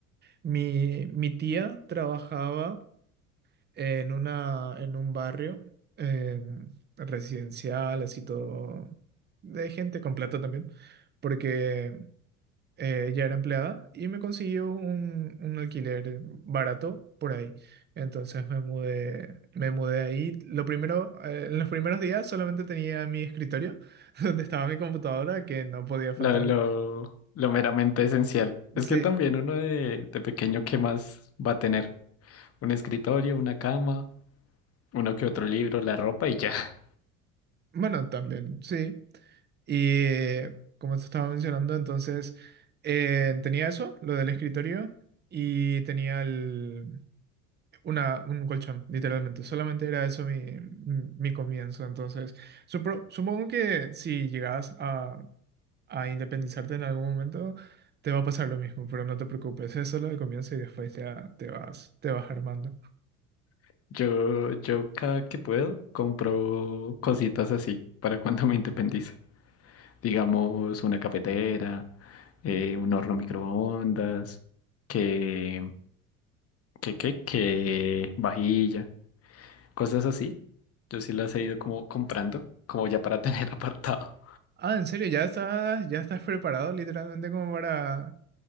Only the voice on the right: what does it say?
Mi, mi tía trabajaba en una, en un barrio em, residencial, así todo, de gente con plata también. Porque eh, ella era empleada y me consiguió un, un alquiler barato por ahí. Entonces me mudé, me mudé ahí. Lo primero, eh, en los primeros días solamente tenía mi escritorio, <laughs> donde estaba mi computadora, que no podía faltar.
Sí,
bueno, también, sí. Y eh, como te estaba mencionando, entonces eh, tenía eso, lo del escritorio, y tenía el, Una, un colchón, literalmente. Solamente era eso mi, mi comienzo. Entonces, supro- supongo que si llegas a, a independizarte en algún momento, te va a pasar lo mismo, pero no te preocupes, es solo el comienzo y después ya te vas, te vas armando.
Ah, ¿en serio? ¿Ya estás, ya estás preparado literalmente como para,